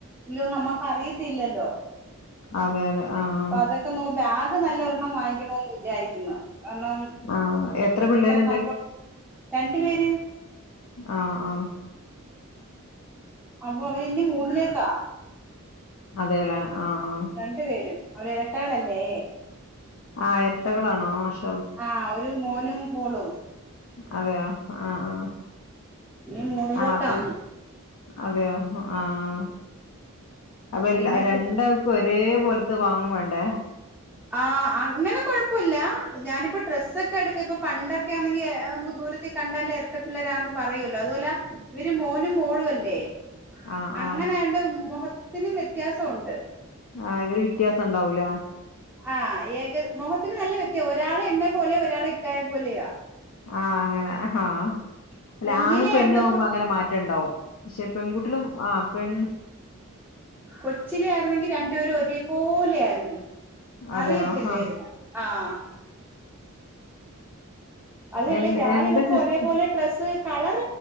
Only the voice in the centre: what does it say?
ഇല്ലോ നമ്മുക്ക് അറിയത്തില്ലല്ലോ
അപ്പൊ അതൊക്കെ ബാഗ് നല്ല ഒരെണ്ണം വാങ്ങിക്കണന്ന് വിചാരിക്കുന്നു കാരണം
അ രണ്ട പേര്
അപ്പൊ അവര് ഇ മൂന്നിലേക്കാ
രണ്ടു പേരും അവര് ഇരട്ടകളല്ലേ
ആഹ് ഒരു മോനും മോളും
ഇനി മൂന്നിലോട്ടാന്ന്
പിന്നെ കു
ആഹ് അങ്ങനെ കുഴപ്പല്ല ഞാനിപ്പോ ഡ്രസ്സൊക്കെ എടുക്ക ഇപ്പ പണ്ടൊക്കൊണെങ്കി നമുക്ക് ദൂരത്ത കണ്ടാലേ ഇരട്ട പിള്ളേരാന്ന് പറയൂല്ലോ അതുപോലെ ഇവര് മോനും മോളും അല്ലേ
അങ്ങനെ
അണ്ട് മുഖത്തിനും വ്യത്യാസംണ്ട്
ആഹ് ഏക മോഹത്തിന് നല്ല വ്യത്യ ഒരാൾ എന്നെ പോലെയോ ഒരാൾ ഇക്കായ പോലെയ
കുഞ്ഞിലെ
ആയിരുന്നപ്പം
കൊച്ചില ആായിരുന്നെങ്കിൽ രണ്ടുപേരും ഒരേപോലെ ആയിരുന്നു
അറിയത്തില്ലരുന്നു
ആഹ് അതുമല്ല
ഞാന
ഇവർക്ക്
ഒരേപോലെ ഡ്രെസ്സ് കളർ